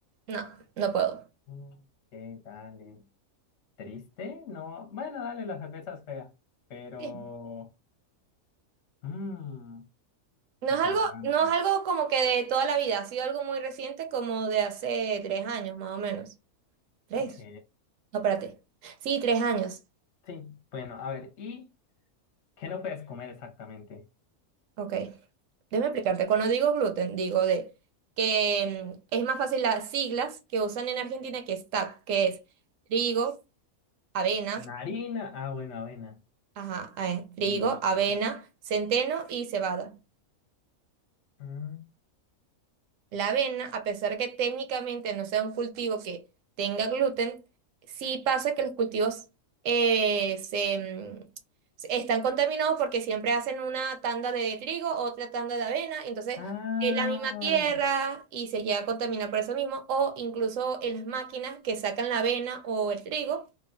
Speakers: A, on the right; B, on the left.
A: no, no puedo.
B: Mm, Ok, dale. ¿Triste? No, bueno, dale, la cerveza es fea, pero...
A: Sí.
B: mm,
A: No
B: interesante.
A: es algo, no es algo como que de toda la vida, ha sido algo muy reciente, como de hace tres años más o menos. ¿Tres?
B: Ok.
A: No, espérate. Sí, tres años.
B: Sí, bueno, a ver, ¿y qué no puedes comer exactamente?
A: Ok, déjame explicarte. Cuando digo gluten, digo de que mm, es más fácil las siglas que usan en Argentina que es TAC, que es trigo, avena,
B: ¿Una harina? Ah, bueno, avena.
A: ajá, eh, trigo,
B: Y...
A: avena, centeno y cebada.
B: mm,
A: La avena, a pesar que técnicamente no sea un cultivo que tenga gluten, sí pasa que los cultivos eh, se, mm, se- están contaminados porque siempre hacen una tanda de trigo, otra tanda de avena, y entonces
B: Ah,
A: es la misma tierra y se llega a contaminar por eso mismo, o incluso en las máquinas que sacan la avena o el trigo,